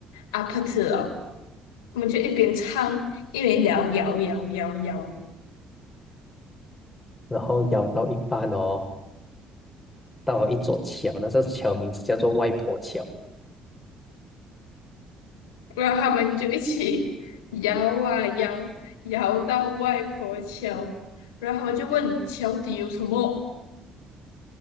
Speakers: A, on the left (about 80°); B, on the left (about 20°).
A: 阿帕特了，他们就一边唱一边摇摇摇摇摇，
B: 然后摇到一半哦，到了一座桥，那座桥名字叫做外婆桥。
A: 然后他们就一起摇啊摇，摇到外婆桥，然后他们就问桥底有什么，